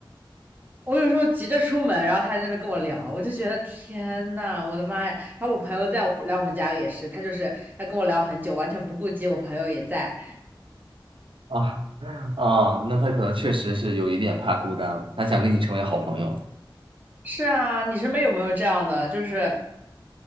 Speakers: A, on the right (about 20°); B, on the right (about 75°).
A: 我有时候急着出门，然后他在那边跟我聊，我就觉得天呐，我的妈呀！还有我朋友在我来我们家也是，他就是要跟我聊很久，完全不顾及我朋友也在。
B: 啊啊，那他可能确实是有一点怕孤单了，他想跟你成为好朋友。
A: 是啊，你身边有没有这样的？就是